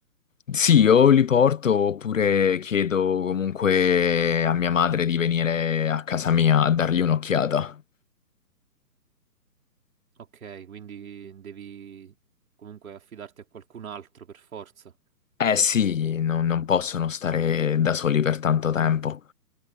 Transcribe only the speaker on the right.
Ok, quindi devi comunque affidarti a qualcun altro per forza.